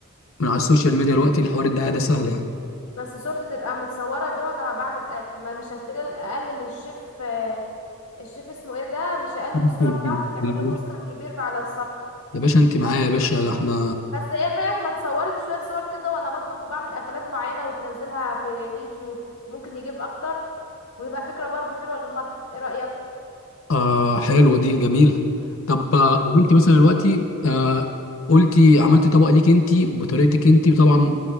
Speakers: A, on the left (about 65°); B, on the left (about 80°).
A: من على السوشيال ميديا الوقت الحوار الدعايه ده سهل يعني
B: بس صورتي تبقى متصورة بيه وانا بعمل اكل ما مش هتقل اقل من الشيف آه، الشيف اسمه ايه ده مش اقل
A: <laughs>
B: من الصورة بتاعته تعمل له بوستر كبير على الصفحة
A: يا باشا انت معايا يا باشا ده احنا
B: بس ايه رأيك ما تصورني شوية صور كده وانا بطبخ وبعمل اكلات معينة وتنزلها في اليوتيوب ممكن يجيب اكتر ويبقى فكرة برضو حلوة للمطعم ايه رأيك
A: آه حلوه دي جميله طب آه،
B: مم.
A: وانت مثلا دلوقتي آه قلتي عملتي طبق ليك انت وبطريقتك انت طبعا